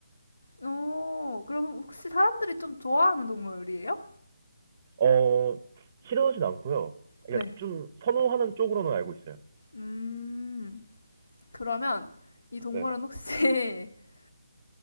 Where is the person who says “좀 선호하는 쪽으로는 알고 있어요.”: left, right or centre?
Right